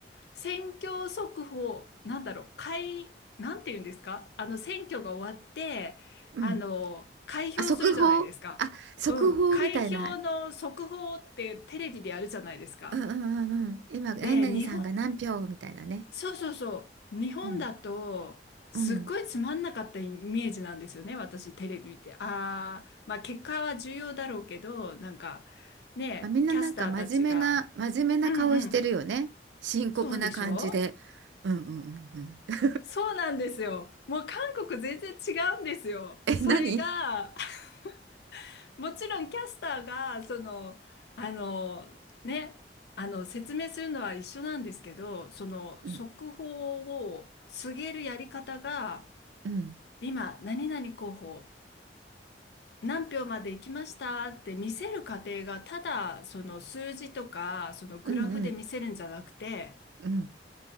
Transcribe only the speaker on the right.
うん。
あ、速報あ、速報みたいな。
うんうんうんうん。今、何々さんが何票みたいなね。
うん
うん。
まあ、みんななんか真面目な、
真面目な顔してるよね。
深刻な感じで。
うんうんうんうん。
<laughs> え、
何
うん
うん
うんうん